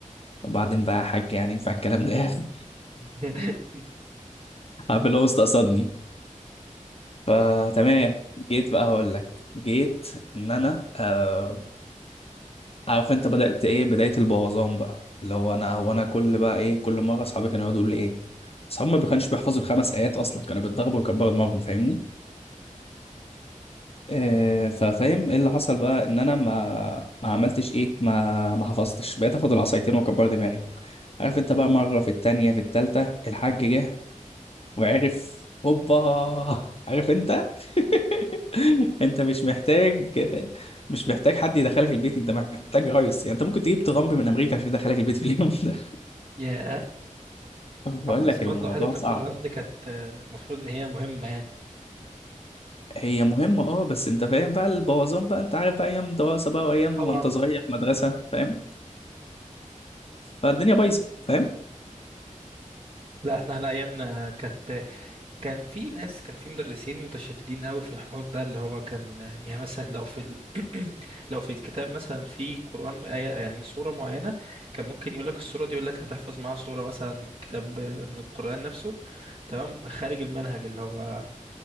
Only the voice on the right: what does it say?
<laughs>
ياه
طبعا بس
برضه
حتة
القرآن دي كانت آه، المفروض ان هي مهمة يعني
طبعا
لا احنا على ايامنا كانت كان في ناس كان في مدرسين متشددين قوي في الحوار ده اللي هو كان يعني مثلا لو في ال... <clears throat> لو في الكتاب مثلا في قرآن آية يعني سورة معينة كان ممكن يقول لك السورة دي يقول لك هتحفظ معاها سورة مثلا من كتاب من القرآن نفسه تمام خارج المنهج اللي هو